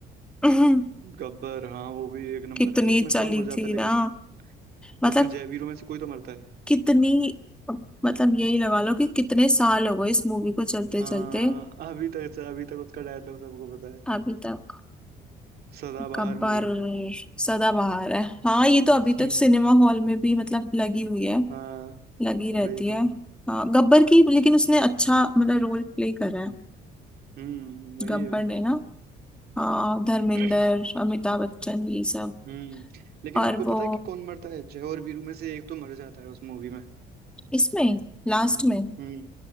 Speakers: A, in the centre; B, on the right.
A: <laughs>
B: गब्बर हाँ वो भी एक नंबर
A: कितनी
B: है उसमें
A: चली
B: कौन मर जाता
A: थी
B: है लेकिन
A: ना मतलब
B: उसमें जयवीरों में से कोई तो मरता है
A: कितनी मतलब यही लगा लो कि कितने साल हो गए इस मूवी को चलते
B: हाँ
A: चलते
B: अभी तक अभी तक उसका डायलॉग सबको पता है
A: अभी तक
B: सदाबहार
A: गब्बर
B: मूवी
A: सदाबहार है हाँ ये तो अभी
B: हम्म,
A: तक सिनेमा हॉल में भी मतलब लगी हुई है
B: हाँ
A: लगी रहती
B: वही तो
A: है हाँ गब्बर की लेकिन उसने अच्छा मतलब रोल प्ले करा है
B: हम्म वही
A: गब्बर
B: है
A: ने ना हाँ धर्मेंद्र
B: <clears throat>
A: अमिताभ बच्चन ये सब
B: हम्म लेकिन
A: और
B: आपको
A: वो
B: पता है कि कौन मरता है जय और वीरू में से एक तो मर जाता है उस मूवी में
A: इसमें लास्ट में
B: हम्म